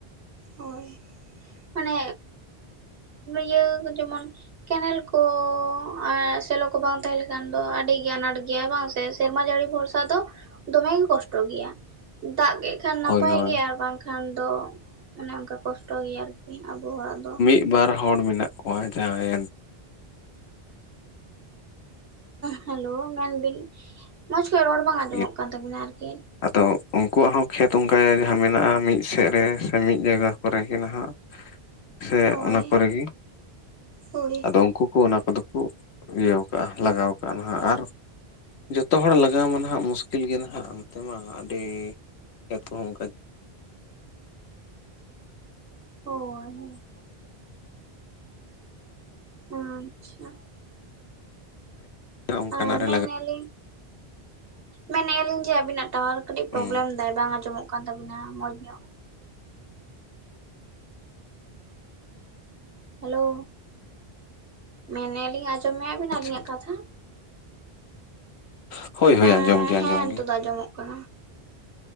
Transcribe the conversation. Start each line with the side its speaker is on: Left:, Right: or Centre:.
Right: ᱦᱳᱭ ᱢᱟᱱᱮ ᱤᱭᱟᱹ ᱡᱮᱢᱚᱱ ᱠᱮᱱᱮᱞ ᱠᱚᱻ ᱟᱨ ᱥᱮᱞᱚ ᱠᱚ ᱵᱟᱝ ᱛᱟᱸᱦᱮ ᱞᱮ ᱠᱷᱟᱱ ᱫᱚ ᱟᱹᱰᱤ ᱜᱮ ᱟᱱᱟᱴ ᱜᱮᱭᱟ ᱵᱟᱝ ᱥᱮ, ᱥᱮᱨᱢᱟ ᱡᱟᱹᱲᱤ ᱵᱷᱚᱨᱥᱟ ᱫᱚ ᱫᱚᱢᱮ ᱜᱮ ᱠᱚᱥᱴᱚ ᱜᱮᱭᱟ᱾ ᱫᱟᱜ ᱠᱮᱜ ᱠᱷᱟᱱ ᱱᱟᱯᱟᱭ
Left: ᱦᱳᱭ ᱦᱳᱭ
Right: ᱜᱮ, ᱟᱨ ᱵᱟᱝᱠᱷᱟᱱ ᱫᱚ ᱚᱱᱮ ᱚᱱᱠᱟ᱾ ᱠᱚᱥᱴᱚ ᱜᱮᱭᱟ ᱟᱨᱠᱤ ᱟᱵᱚ ᱦᱚᱲᱟᱜ ᱫᱚ᱾
Left: ᱢᱤᱜ ᱵᱟᱨ ᱦᱚᱲ ᱢᱮᱱᱟᱜ ᱠᱚᱣᱟ ᱡᱟᱦᱟᱸᱭ ᱮᱱ
Right: ᱦᱮᱞᱳ ᱢᱮᱱᱵᱤᱱ ᱢᱚᱸᱡᱽ ᱠᱷᱚᱡ ᱨᱚᱲ ᱵᱟᱝ ᱟᱸᱡᱚᱢᱚᱜ
Left: ᱜᱮ
Right: ᱠᱟᱱ ᱛᱟᱵᱤᱱᱟ ᱟᱨᱠᱤ᱾
Left: ᱟᱫᱚ ᱩᱝᱠᱩᱣᱟᱜ ᱦᱚᱸ ᱠᱷᱮᱛ ᱚᱝᱠᱟ ᱜᱮ ᱡᱟᱦᱟᱸ ᱢᱮᱱᱟᱜᱼᱟ, ᱢᱤᱜ ᱥᱮᱜ ᱨᱮ ᱥᱮ ᱢᱤᱜ ᱡᱟᱭᱜᱟ ᱠᱚᱨᱮ ᱜᱮ ᱱᱟᱦᱟᱜ᱾ ᱥᱮ
Right: ᱦᱳᱭ
Left: ᱚᱱᱟ ᱠᱚᱨᱮ ᱜᱮ,
Right: ᱦᱳᱭ
Left: ᱟᱫᱚ ᱩᱝᱠᱩ ᱠᱚ ᱚᱱᱟ ᱠᱚᱫᱚ ᱠᱚ ᱤᱭᱟᱹᱣ ᱠᱟᱜᱼᱟ ᱞᱟᱜᱟᱣ ᱠᱟᱜᱼᱟ ᱱᱟᱦᱟᱜ, ᱟᱨ ᱡᱚᱛᱚ ᱦᱚᱲ ᱞᱟᱜᱟᱣ ᱢᱟ ᱱᱟᱦᱟᱜ ᱢᱩᱥᱠᱤᱞ ᱜᱮ ᱱᱟᱦᱟᱜ, ᱚᱱᱛᱮ ᱢᱟ ᱟᱹᱰᱤ ᱠᱷᱮᱛ ᱠᱚᱦᱚᱸ ᱚᱝᱠᱟ
Right: ᱦᱳᱭ ᱦᱮᱸ ᱟᱪᱪᱷᱟ
Left: ᱚᱱᱠᱟᱱᱟᱜ
Right: ᱟ
Left: ᱨᱮ
Right: ᱢᱮᱱᱮᱜ
Left: ᱞᱟᱜᱟᱜ
Right: ᱟᱹᱞᱤᱧ, ᱢᱮᱱᱮᱜ ᱟᱹᱞᱤᱧ ᱡᱮ ᱟᱹᱵᱤᱱᱟᱜ ᱴᱟᱣᱟᱨ ᱠᱟᱹᱴᱤᱡ
Left: ᱦᱩᱸ
Right: ᱯᱨᱚᱵᱞᱮᱢ ᱫᱟᱭ ᱵᱟᱝ ᱟᱸᱡᱚᱢᱚᱜ ᱠᱟᱱ ᱛᱟᱵᱤᱱᱟ ᱢᱚᱸᱡᱽ ᱧᱚᱜ᱾ ᱦᱮᱞᱳ ᱢᱮᱱ ᱟᱹᱞᱤᱧ ᱟᱸᱡᱚᱢ ᱢᱮᱜᱼᱟ ᱵᱤᱱ
Left: ᱟᱪᱪᱷᱟ
Right: ᱟᱹᱞᱤᱧᱟᱜ ᱠᱟᱛᱷᱟ?
Left: ᱦᱳᱭ ᱦᱳᱭ
Right: ᱮᱸ
Left: ᱟᱸᱡᱚᱢ᱾ ᱜᱮ ᱟᱸᱡᱚᱢ
Right: ᱦᱮᱸ ᱱᱤᱛᱚᱜ
Left: ᱜᱮ
Right: ᱫᱚ ᱟᱸᱡᱚᱢᱚᱜ ᱠᱟᱱᱟ᱾